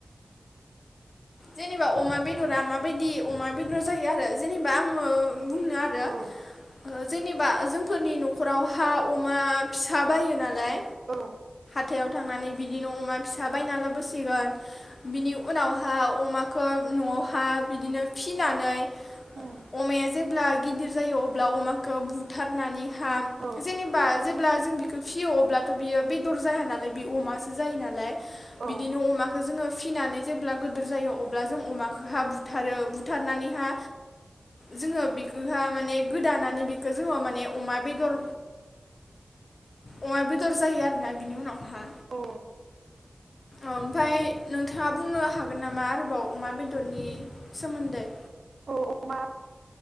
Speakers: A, on the left (about 55°); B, on the right (about 85°).
A: जेनेबा अमा बेदरा माबायदि अमा बेदर जायो आरो जेनेबा आङो बुंनो आरो
B: औ
A: ओ जेनेबा जोंफोरनि नखराव हा अमा फिसा बायो नालाय।
B: औ।
A: थायाव थांनानै बिदिनो अमा फिसा बायनानै लाबसिगोन बिनि उनावहा अमाखो नआवहा बिदिनो फिनानै
B: उम
A: अमाया जे अब्ला गिदिर जायो अब्ला अमाखौ बुथारनानि हा
B: औ
A: जेनेबा जेब अब्ला जों बिखो फियो अब्लाथ' बियो बेदर जाया नालाय बे अमासो जायो नालाय
B: औ
A: बिदिनो अमाखो जोङो फिनानै जेब्ला गोद दोर जायो अब्ला जों अमाखोहा बुथारो बुथारनानैहा जोङो बिखोहा माने गोदानानै बिखौ जोङो माने अमा बेदर अमा बेदर जायो आरोना बिनि उनावहा।
B: औ।
A: ओमफाय नोंथाङा बुंनो हाग गोन नामा आरोबाव अमा बेदरनि सोमोन्दै?
B: औ अमा